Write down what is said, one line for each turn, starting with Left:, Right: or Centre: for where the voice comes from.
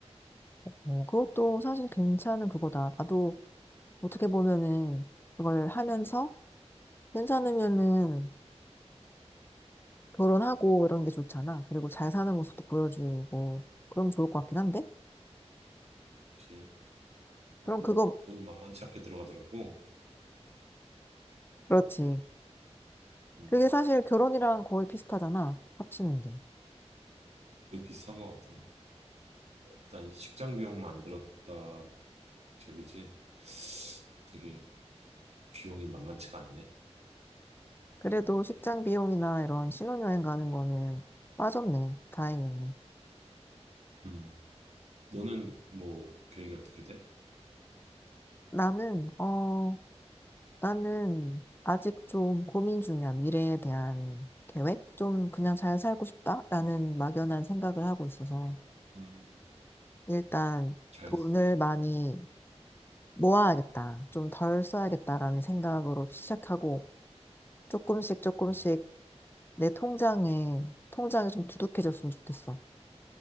Left: 어, 그것도 사실 괜찮은 그거다. 나도 어떻게 보면은 그걸 하면서 괜찮으면은 결혼하고 이런 게 좋잖아. 그리고 잘 사는 모습도 보여주고 그럼 좋을 것 같긴 한데?
Right: 음, 그치. 그게
Left: 그럼
Right: 또
Left: 그거,
Right: 돈이 만만치 않게 들어가더라고.
Left: 그렇지.
Right: 음,
Left: 그게 사실 결혼이랑 거의 비슷하잖아. 합치는 게.
Right: 거의 비슷한 것 같아. 뭐 일단 식장 비용만 안 들었다 저기지. 되게 비용이 만만치가 않네.
Left: 그래도 식장 비용이나 이런 신혼여행 가는 거는 빠졌네. 다행이네.
Right: 음. 너는 뭐 계획이 어떻게 돼?
Left: 나는, 어, 나는 아직 좀 고민 중이야. 미래에 대한 계획? 좀 그냥 잘 살고 싶다라는 막연한 생각을 하고 있어서.
Right: 음,
Left: 일단
Right: 잘,
Left: 돈을 많이 모아야겠다. 좀 덜 써야겠다라는 생각으로 시작하고 조금씩 조금씩
Right: 음,
Left: 내 통장에 통장이 좀 두둑해졌으면 좋겠어.